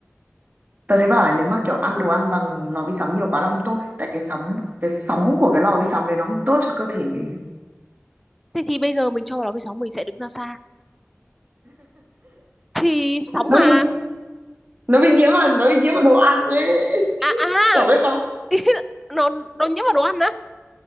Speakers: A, on the right; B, in the centre.
A: Tớ thấy bảo là nếu mà kiểu ăn đồ ăn bằng lò vi sóng nhiều quá là không tốt ấy. Tại cái sóng cái sóng của cái lò vi sóng đấy nó không tốt cho cơ thể mình. ấy.
B: thế thì bây giờ mình cho vào lò vi sóng mình sẽ đứng ra xa thì sóng
A: Nó
B: mà
A: bị nó bị nhiễm vào nó bị nhiễm vào đồ ăn ấy.
B: à
A: <laughs>
B: à
A: Chả biết có.
B: <laughs> nó nó nhiễm vào đồ ăn á